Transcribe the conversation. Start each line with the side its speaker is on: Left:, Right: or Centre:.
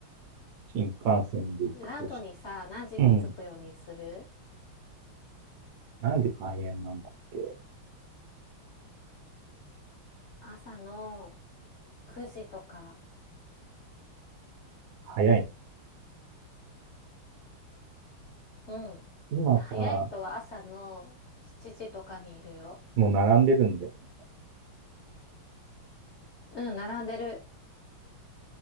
Right: 新幹線で行くとし、
Left: ランドにさ、何時に着くようにする
Right: うん。何時開園なんだっけ
Left: 朝の9時とか。
Right: 早いの。
Left: うん。
Right: 今さ、
Left: 早い人は朝の7時とかにいるよ。
Right: もう並んでるんだよね。
Left: うん、並んでる。